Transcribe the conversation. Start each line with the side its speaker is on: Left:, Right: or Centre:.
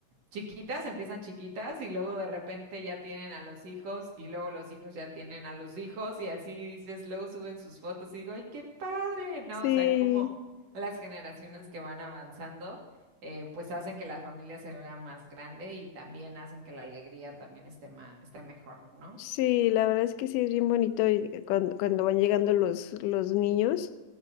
Right: chiquitas, empiezan chiquitas y luego de repente ya tienen a los hijos y luego los hijos ya tienen a los hijos y así dices, luego suben sus fotos y digo, ¡ay, qué padre! No,
Left: Sí,
Right: o sea, como las generaciones que van avanzando, eh, pues hacen que la familia se vea más grande y también hacen que la alegría también esté más, esté mejor, ¿no?
Left: sí, la verdad es que sí es bien bonito y cuando, cuando van llegando los, los niños,